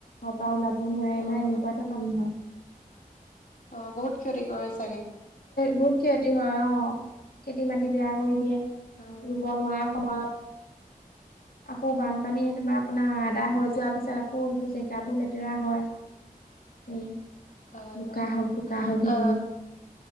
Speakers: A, on the left; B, on the left.
A: ঘৰ পা ওলাব কাব নোৱাৰে
B: অ
A: না এনেকুৱাকে পানী হয়।
B: অ, ' বহুত ক্ষতি কৰিছ
A: বহুত ক্ষতি হয় অ', খেতি মাটি বেয়া কৰি এতিয়া
B: হয়
A: ৰুব নোৱাৰা। সময়ত অ', বানপানীয়ে তোমাৰ আপোনাৰ আদা হয় যোৱাৰ পিছত আকৌ এইবোৰ জেগাবোৰ লেতেৰা হয়, এই
B: হয়,
A: বোকা
B: হয়,
A: হৈ বোকা হৈ থাকিব
B: অ'।